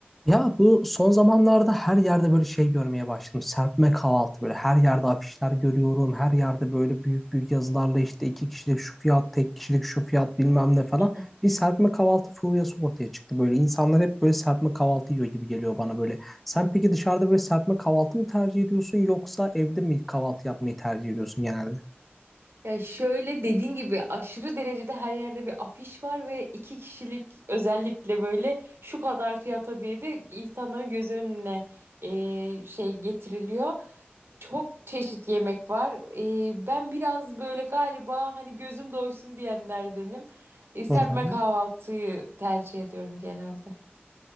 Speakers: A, in the centre; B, on the right.
A: Ya bu son zamanlarda her yerde böyle şey görmeye başladım. Serpme kahvaltı böyle her yerde afişler görüyorum. Her yerde böyle büyük büyük yazılarla işte iki kişilik şu fiyat, tek kişilik şu fiyat bilmem ne falan.
B: Hı hı.
A: Bir serpme kahvaltı furyası ortaya çıktı böyle. İnsanlar hep böyle serpme kahvaltı yiyor gibi geliyor bana böyle. Sen peki dışarıda böyle serpme kahvaltı mı tercih ediyorsun yoksa evde mi kahvaltı yapmayı tercih ediyorsun genelde?
B: Ya şöyle dediğin gibi aşırı derecede her yerde bir afiş var ve iki kişilik özellikle böyle şu kadar fiyata diye de insanların göz önüne e, şey getiriliyor. Çok çeşit yemek var. E, ben biraz böyle galiba hani gözüm doysun diyenlerdenim. E, serpme
A: Hı hı.
B: kahvaltıyı tercih ediyorum genelde.